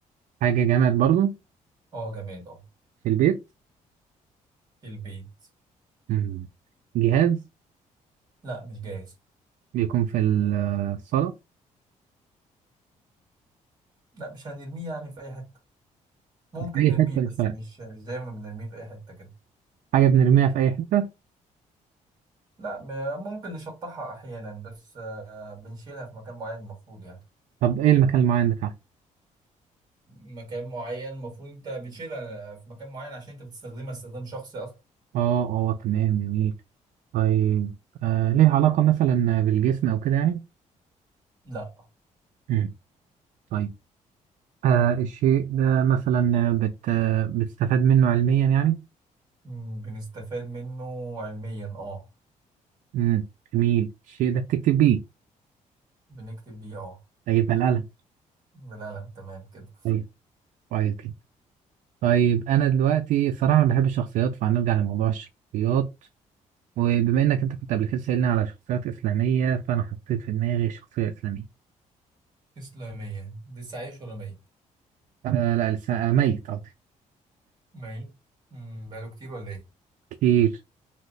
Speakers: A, on the right (about 70°); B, on the right (about 30°).
A: حاجة جماد برضو
B: أه جماد أه
A: في البيت
B: في البيت
A: مم. جهاز
B: لا مش جاهز
A: بيكون في الصالة
B: لا مش هنرميه يعني في اي حته ممكن
A: في أي
B: نرميه
A: حتة مش
B: بس
A: فارق
B: مش مش دايما بنرميه في اي حته كده
A: حاجة بنرميها في أي حتة
B: لا م- ممكن نشطحها احيانا بس آه، بنشيلها في مكان معين المفروض يعني
A: طب إيه المكان المعين بتاعها؟
B: مكان معين المفروض انت بتشيلها في مكان معين عشان انت بتستخدمها استخدام شخصي اصلا
A: آه آه تمام جميل طيب آه ليه علاقة مثلا بالجسم أو كده يعني؟
B: لا
A: مم. طيب آه الشيء ده مثلا بت آه، بتستفاد منه علميا يعني؟
B: مم، بنستفاد منه علميا اه
A: مم. جميل الشيء ده بتكتب بيه
B: بنكتب بيه اه
A: طيب القلم
B: بالقلم تمام كده
A: طيب كويس جدا طيب أنا دلوقتي الصراحة أنا بحب الشخصيات فهنرجع لموضوع الشخصيات وبما إنك أنت كنت قبل كده سألني على شخصيات إسلامية فأنا حطيت في دماغي شخصية إسلامية
B: اسلاميا لسه عايش ولا ميت
A: آه لا لسه آه، ميت قصدي
B: ميت مم، بقاله كتير ولا ايه
A: كتير